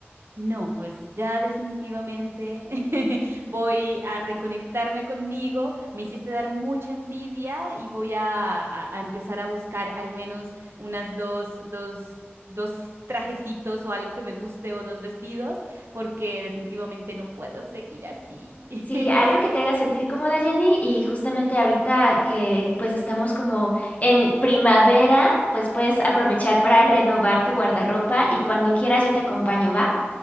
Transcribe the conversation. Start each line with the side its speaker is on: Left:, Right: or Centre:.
Right: No, pues ya definitivamente <laughs> voy a reconectarme conmigo. Me hiciste dar mucha envidia y voy a, a- a empezar a buscar al menos unas dos, dos, dos trajecitos o algo que me guste o dos vestidos, porque definitivamente no puedo seguir así. <laughs>
Left: Sí, algo que te haga sentir cómoda, Jenny, y justamente ahorita que pues estamos como en primavera, pues puedes aprovechar para renovar tu guardarropa y cuando quieras yo te acompaño, ¿va?